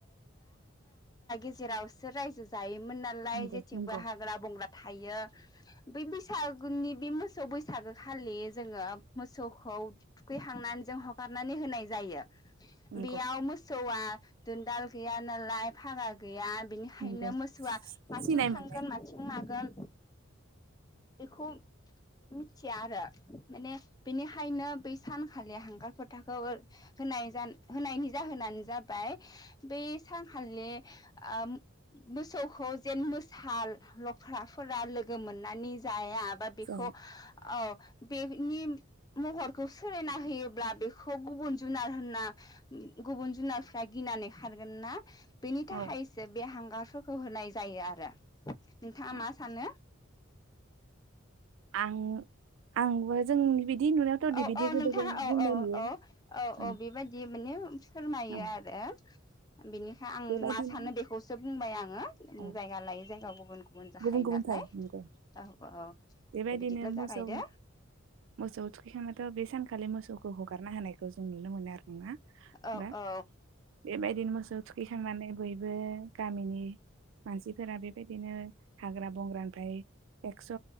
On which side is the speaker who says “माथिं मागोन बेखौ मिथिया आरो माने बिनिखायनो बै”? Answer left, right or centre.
Left